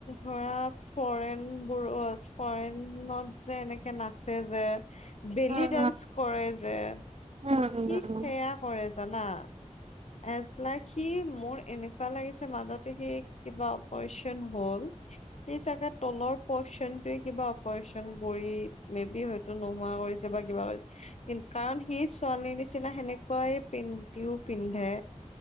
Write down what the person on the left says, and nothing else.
ধৰা- ফৰেন বোৰত ফৰেনত যে এনেকে নাচে যে- বেলি
দান্স কৰে যে,
সি সেয়া
কৰে জানা? এজলাইক সি মোৰ এনেকুৱা লাগিছে মাজতে সি কিবা অপাৰচন হ'ল। সি চাগে তলৰ পচনটোয়ে কিবা অপাৰচন কৰি বেবি হৈ- নোহোৱা কৰিছে বা কিবা- কাৰণ সি ছোৱালীৰ নিচিনা সেনেকুৱাই পেন্টিও পিন্ধি- ধে